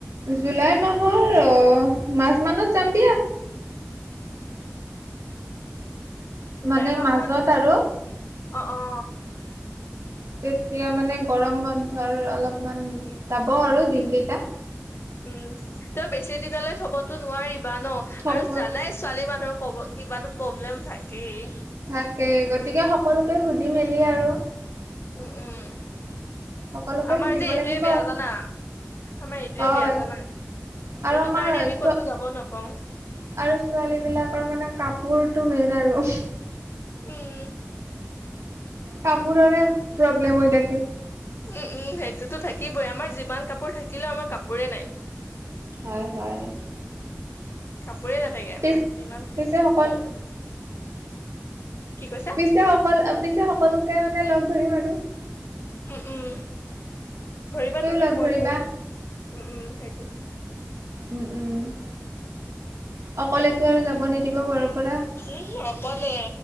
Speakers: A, on the right (about 70°); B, on the left (about 50°).
A: জুলাই মাহৰ মাচ মানত যাম দিয়া।
B: জুলাই
A: মানে
B: মাহত,
A: মাজত আৰু
B: অ অ।
A: তেতিয়া মানে গৰম বন্ধৰ অলপমান
B: উম
A: যাব আৰু
B: উম
A: দিন কেইটা।
B: উম তই বেছি দিনলৈ থবতো নোৱাৰিবা ন,
A: থব
B: আৰু জানাই ছোৱালী মানুহৰ ক'ব কিবাটো প্ৰব্লেম থাকেই।
A: থাকে গতিকে সকলোকে সুধি মেলি আৰু
B: উম উম।
A: সকলোকে
B: আমাৰ
A: সুধিব
B: যে এইটোৱে
A: লাগিব
B: বেয়া জানা, আমাৰ এইটোয়ে
A: হয়
B: বেয়া জানা।
A: আৰু
B: এইটো
A: আমাৰ
B: কাৰণে আমি
A: ছো-
B: ক'তো যাব নাপাওঁ।
A: আৰু ছোৱালী বিলাকৰ মানে কাপোৰতো মেইন আৰু।
B: উম
A: কাপোৰৰে প্ৰব্লেম হৈ থাকে।
B: উম উম সেইটোতো থাকিবই, আমাৰ যিমান কাপোৰ থাকিলেও আমাৰ কাপোৰে নাই।
A: হয় হয়।
B: কাপোৰে নাথাকে
A: পিছ
B: আমাৰ যিমান
A: পিছে
B: কিলো
A: সকল
B: কি কৈছা?
A: পিছে সকল পিছে সকলোকে মানে লগ ধৰিম আৰু।
B: উম উম ধৰিবা তুমিও
A: লগ
B: মই
A: ধৰিবা
B: ধৰি উম উম সেইটো।
A: উম উম অকলেতো আৰু যাব নিদিব ঘৰৰ পৰা।
B: এই অকলে